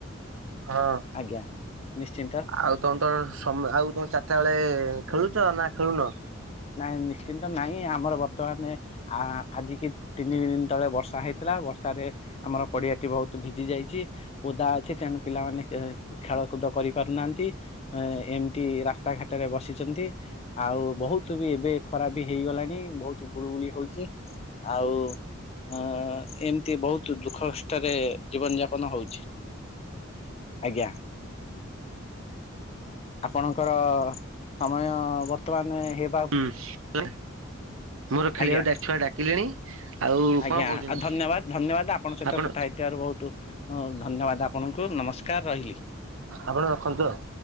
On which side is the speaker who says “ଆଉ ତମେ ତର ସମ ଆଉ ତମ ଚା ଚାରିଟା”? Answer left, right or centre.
Right